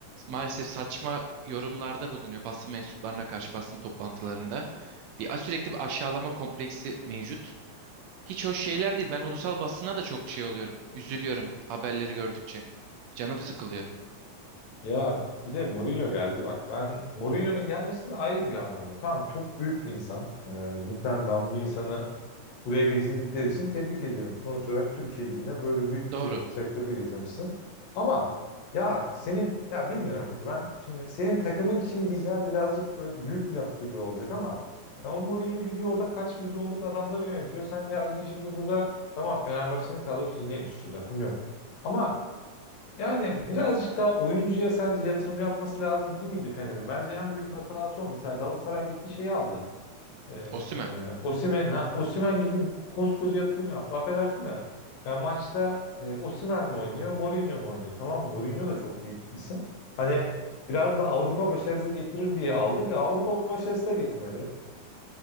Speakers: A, on the right; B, on the left.
A: maalesef saçma yorumlarda bulunuyor basın mensuplarına karşı basın toplantılarında. Bir sürekli bir aşağılama kompleksi mevcut. Hiç hoş şeyler değil. Ben ulusal basına da çok şey oluyorum. Üzülüyorum haberleri gördükçe. Canım sıkılıyor.
B: Ya bir de Mourinho geldi bak. Ben Mourinho'nun gelmesinde ayrı bir anlamıyorum. Tamam çok büyük bir insan. Ee, cidden ben bu insanı Buraya getirdikleri için tebrik ediyorum. Sonuç olarak Türkiye Ligi'ne böyle büyük bir
A: Doğru.
B: teknik direktörü getirmişsin. Ama ya senin ya bilmiyorum hiç ben şimdi senin takımın kim diyeceğim birazcık böyle büyük bir laf gibi olacak ama ya o Mourinho gidiyor orada kaç milyonluk adamları yönetiyor. Sen geldin şimdi burada tamam Fenerbahçe'nin kadrosu yine güçlü lafım yok. Ama yani birazcık daha oyuncuya sence yatırım yapması lazım değil miydi Fener'in? Bence en büyük hatası o. Mesela Galatasaray gitti şeyi aldı. Ee,
A: Osimhen.
B: Osimhen ha Osimhen gibi koskoca yatırım yaptı. Affedersin de. Ya maçta e, Osimhen mi oynuyor, Mourinho mu oynuyor? Tamam mı? Mourinho da çok büyük bir isim. Hani biraz da Avrupa başarısı getirir diye aldık. E, Avrupa başarısı da getirmedi.